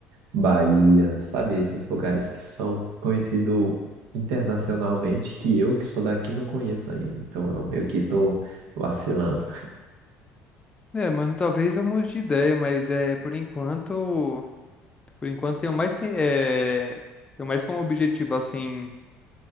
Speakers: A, on the right; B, on the left.
A: Bahia, sabe? Esses lugares que são conhecidos internacionalmente, que eu que sou daqui não conheço ainda. Então eu meio que tô vacilando
B: É, mano, talvez eu mude de ideia, mas é, por enquanto, por enquanto tenho mais, tem, é, tenho mais como objetivo, assim,